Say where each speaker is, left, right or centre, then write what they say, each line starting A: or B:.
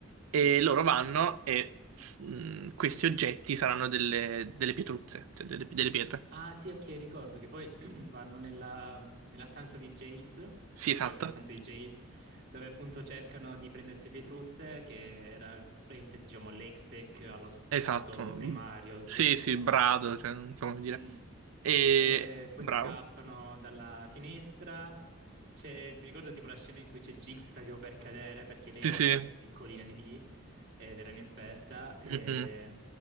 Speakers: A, on the right; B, on the right.
A: E loro vanno e s- mh, questi oggetti saranno delle, delle pietruzze, cioè delle, delle pietre.
B: Ah sì, ok, ricordo che poi <clears throat> vanno nella, nella stanza di Jace,
A: Sì, esatto.
B: che in realtà è la stanza di Jace, dove appunto cercano di prendere queste pietruzze, che era praticamente, diciamo, l'ex-tech allo stato
A: Esatto. Mm,
B: primario
A: Sì,
B: grezzo,
A: sì, brado, cioè, non so come dire.
B: Mm.
A: E
B: Eh, poi
A: bravo.
B: scappano dalla finestra. C'è- mi ricordo tipo la scena in cui c'è Jinx sta tipo per cadere perché lei
A: Sì,
B: era
A: sì.
B: un po' più piccolina di Vi ed era inesperta e,
A: Mhm,